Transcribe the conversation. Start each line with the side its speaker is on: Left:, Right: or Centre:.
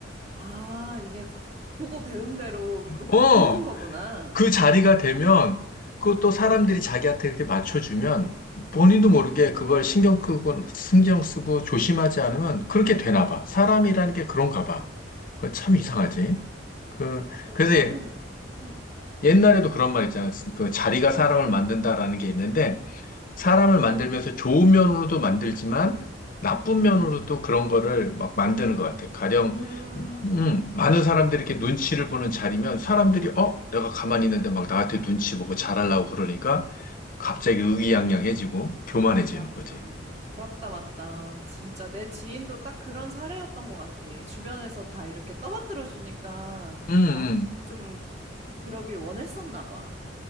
Right: 아, 이게 그, 보고 배운 대로 또
Left: 어,
Right: 그렇게 하는 거구나.
Left: 그 자리가 되면, 그것도 사람들이 자기한테 이렇게 맞춰주면, 본인도 모르게 그걸 신경 끄고, 신경 쓰고 조심하지 않으면 그렇게 되나 봐. 사람이라는 게 그런가 봐. 그거 참 이상하지. 그,
Right: 맞아.
Left: 그래서
Right: 나는 음.
Left: 옛날에도 그런 말 있잖아요. 그 자리가 사람을 만든다라는 게 있는데, 사람을 만들면서 좋은 면으로도 만들지만, 나쁜 면으로도 그런 거를 막 만드는 것 같아요. 가령,
Right: 음.
Left: 음, 많은 사람들이 이렇게 눈치를 보는 자리면, 사람들이, 어? 내가 가만히 있는데 막 나한테 눈치 보고 잘하려고 그러니까, 갑자기 의기양양해지고, 교만해지는
Right: 맞다.
Left: 거지.
Right: 맞다, 맞다. 진짜 내 지인도 딱 그런 사례였던 것 같아. 주변에서 다 이렇게 떠받들어 주니까
Left: 음, 음.
Right: 막 좀 그러길 원했었나 봐.